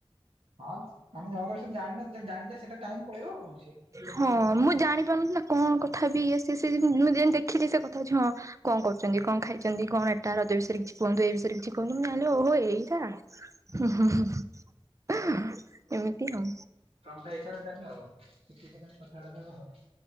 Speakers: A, on the right (about 75°); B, on the right (about 35°).
A: ହଁ ଆମେ ଜଣକ ବିଷୟରେ ଜାଣିନଥିଲେ ଜାଣିଲେ ସେ ସେଇଟା ଟାଇମ ପଳେଇବ ଆଉ କଣ ଅଛି କଥା
B: ହଁ
A: ହବ।
B: ମୁଁ ଜାଣିପାରୁନଥିଲି ନା। କଣ କଥା ହେବି ଇଏ ସିଏ ମୁଁ ଯେମିତି ଦେଖିଲି ସେ କଥା ହଉଚି ହଁ। କଣ କରୁଛନ୍ତି କଣ ଖାଇଛନ୍ତି କଣ ଏଟା ରଜ ବିଷୟରେ କିଛି କୁହନ୍ତୁ ଏଇ ବିଷୟରେ କିଛି କୁହନ୍ତୁ ଆଲୋ ଓହୋ ଏଇଟା। ହଁ ହଁ ଏମିତି ଆଉ।
A: ଟମଟାଇସାରଲେ ଆଉ କିଛି ସେ କଥାବାର୍ତ୍ତା ନବା ଆଉ।